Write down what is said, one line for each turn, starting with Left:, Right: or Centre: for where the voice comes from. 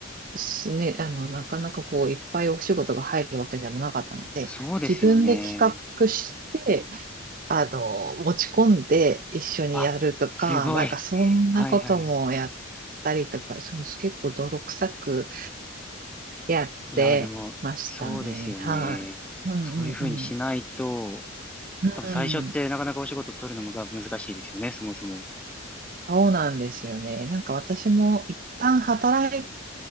Right: しね、あの、なかなかこう、いっぱいお仕事が入るわけでもなかったので、
Centre: そうですよね。
Right: 自分で企画して、あの、持ち込んで一緒にやるとか、
Centre: あ、すごい。
Right: なんかそんなこともやったりとか、
Centre: はいはいはい。
Right: その結構泥臭くやってましたね。
Centre: いやー、でも、そうですよね。
Right: はい。うんうんうん。
Centre: そういうふうにしないと、
Right: うん。
Centre: 多分最初ってなかなかお仕事取るのが難しいですよね、そもそも。
Right: そうなんですよね。なんか私も一旦働い、